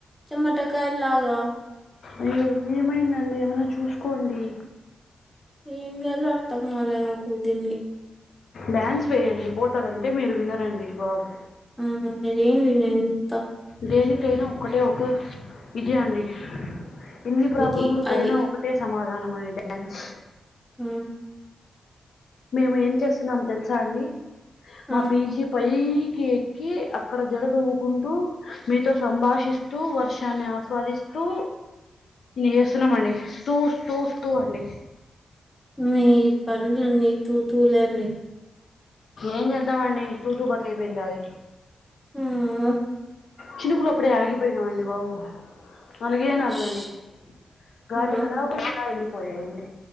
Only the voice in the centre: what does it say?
చెమటకాయలాగా
ఏమ్ జేయాల్నో అర్థంగాలే నాకు దీన్ని
ఉమ్ ఏమ్ ఇదంతా
ఇది అది
హ
ఆ
మీ పన్లన్నీ తుతులే లన్ని
హుఆ
ష్
ఆ